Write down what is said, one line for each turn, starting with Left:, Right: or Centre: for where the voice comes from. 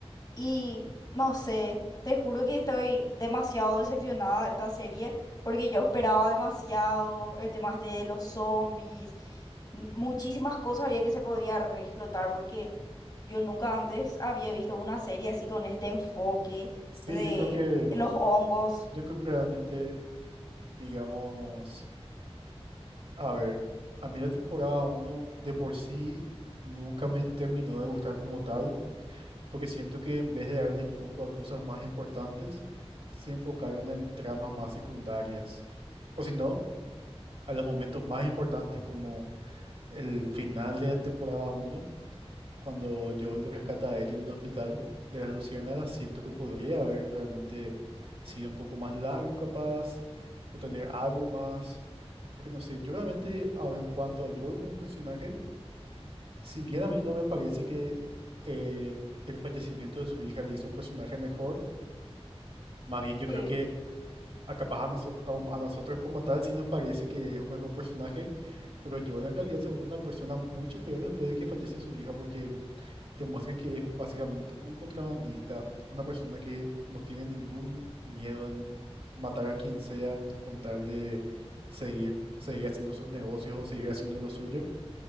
Left: Y no sé, te juro que estoy demasiado decepcionada de esta serie porque yo esperaba demasiado el tema este de los zombies, n- muchísimas cosas había que se podía reexplotar porque yo nunca antes había visto una serie así con este enfoque
Right: Sí,
Left: de
Right: yo creo que,
Left: los hongos.
Right: yo creo que realmente, digamos, a ver, a mí la temporada uno de por sí nunca me terminó de gustar como tal. Porque siento que en vez de darle foco a cosas más importantes, se enfocaron en tramas más secundarias. O si no, a los momentos más importantes, como el final de la temporada uno cuando Joel lo rescata a él en el hospital de las Luciérnagas, siento que podría haber realmente sido un poco más largo capaz, o tener algo más. Pero no sé, yo realmente ahora en cuanto a Joel como personaje, si bien a mí no me parece que eh, que el fallecimiento de su hija le hizo un personaje mejor, más bien yo
Left: sí.
Right: creo que a capaz a, noso- como- a nosotros como tal sí nos parece que es un mejor personaje, pero Joel en realidad se vuelve una persona mucho peor después de que fallece su hija porque te muestran que es básicamente un contrabandista, una persona que no tiene ningún miedo en matar a quien sea con tal de seguir, seguir haciendo sus negocios o seguir haciendo lo suyo.